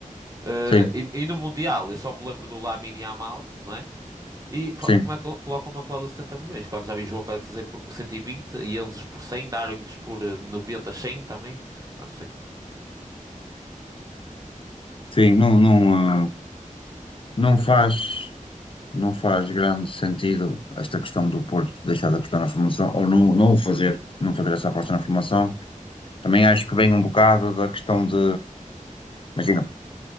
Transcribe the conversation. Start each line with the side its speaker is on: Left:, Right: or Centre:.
Right: Eh,
Left: sim,
Right: e, e no Mundial, eu só me lembro do Lamine Yamal, não é? E fa-
Left: sim,
Right: como é que col- colocam uma cláusula de 70 milhões? Quando já vi João Félix dizer por 120 e vinte e Enzo por 100, Darwin por eh, 90, 100 também. Pá, não sei.
Left: sim, não, não, ah, não faz, não faz grande sentido esta questão do Porto deixar da questão na formação, ou não, não o fazer, não fazer essa aposta na formação. Também acho que vem um bocado da questão de, imagina,